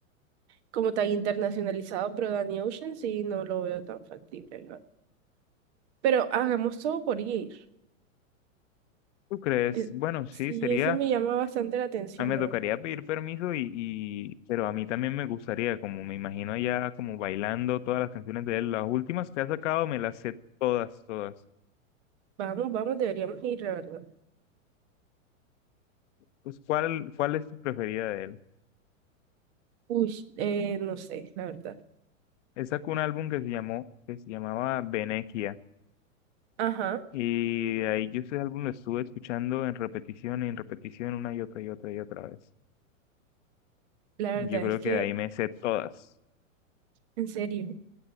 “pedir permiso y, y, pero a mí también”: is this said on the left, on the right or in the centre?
Left